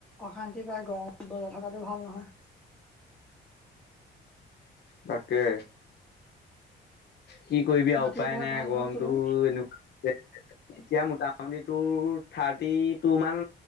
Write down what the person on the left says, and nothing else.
তাকে কি কৰিবি আৰু
উপায়
নাই
গৰমতটো
এনেকুৱা এতিয়া মোটামুটি তোৰ থাৰ্টি টি টু মান